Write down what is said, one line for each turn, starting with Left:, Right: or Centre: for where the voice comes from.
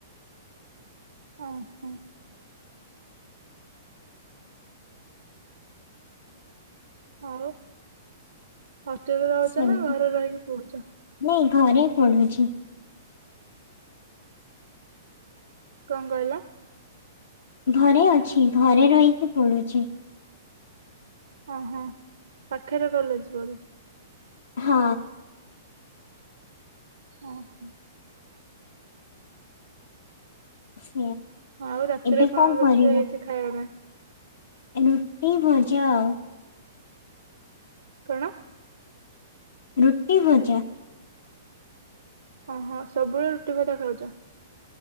Right: ଓ ହୋ। ଆଉ। ହଷ୍ଟେଲରେ ରହୁଛ
Left: ସେମିତି
Right: ନା ଘରେ ରହିକି ପଡୁଛ?
Left: ନାଇଁ ଘରେ ପଡୁଛି।
Right: କଣ କହିଲ?
Left: ଘରେ ଅଛି ଘରେ ରହିକି ପଡୁଛି।
Right: ଓହୋ ପାଖରେ କଲେଜ ବୋଧେ?
Left: ହଁ।
Right: ଓ ହୋ।
Left: <unintelligible>
Right: ଆଉ ରାତିରେ
Left: ଏବେ
Right: କଣ
Left: କରିବ
Right: ରୋଷେଇ ହେଇଛି ଖାଇବା ପାଇଁ?
Left: ରୁଟି ଭଜା ଆଉ।
Right: କଣ?
Left: ରୁଟି ଭଜା।
Right: ଓହୋ ସବୁବେଳେ ରୁଟି ଭଜା ଖାଉଛ?